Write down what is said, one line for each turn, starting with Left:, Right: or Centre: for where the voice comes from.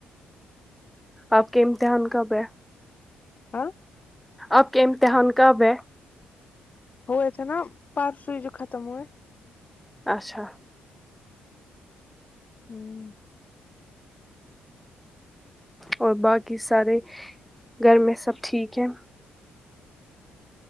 Centre: آپ کے امتحان کب ہے
Left: ہاں
Centre: آپ کے امتحان کب ہے
Left: ہوئے تھے نا پرسو ہی جو ختم ہوئے
Centre: اچھا
Left: ہوں
Centre: اور باقی سارے گھر میں سب ٹھیک ہے